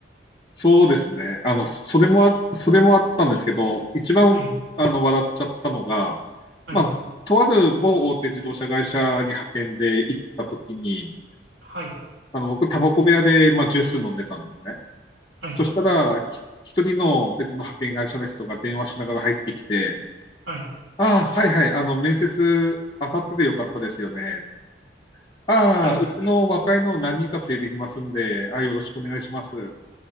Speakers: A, on the left (about 25°); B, on the right (about 85°).
A: そうですね。あの、それもあ、それもあったんですけど、一番、
B: はい、
A: あの、笑っちゃったのが、
B: はい、
A: まあ、とある某大手自動車会社に派遣で行ってた時に、
B: はい、
A: あの僕、タバコ部屋で、まあ、ジュース飲んでたんですね。
B: はい、
A: そしたら、ひ一人の別の派遣会社の人が電話しながら入ってきて、
B: はい、
A: ああ、はいはい、あの、面接、あさってでよかったですよね。ああ、
B: はい。
A: うちの若いのを何人か連れてきますんで、ああ、よろしくお願いします。